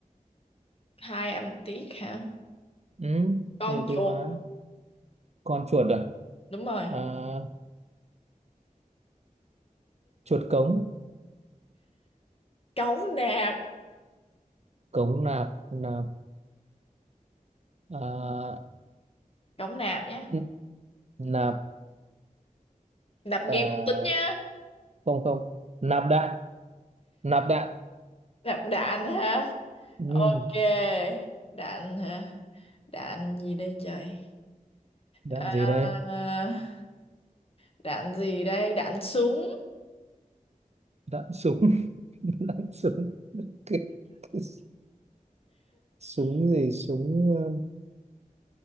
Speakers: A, on the left; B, on the right.
A: hai âm tiết hả
B: ừ,
A: con
B: nhiều
A: chuột
B: từ mà con chuột à,
A: đúng rồi
B: à chuột cống
A: cống nạp
B: cống nạp nạp à,
A: cống nạp nhá
B: n- nạp
A: nạp game
B: à,
A: không tính nhá
B: không không nạp đạn nạp đạn
A: nạp đạn hả
B: ừ,
A: Ok, đạn hả? Đạn gì đây trời?
B: đạn
A: À,
B: gì đây
A: đạn gì đây? Đạn súng.
B: đạn súng <laughs> đạn súng cái, cái súng gì súng ờ,